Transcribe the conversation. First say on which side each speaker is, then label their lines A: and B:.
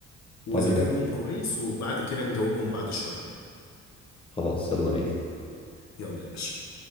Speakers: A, on the left (about 60°); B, on the left (about 15°).
A: وذاكرهم
B: طب يلا
A: كويس وبعد كده نجاوبهم بعد شوية
B: خلاص يلا بينا
A: يلا يا باشا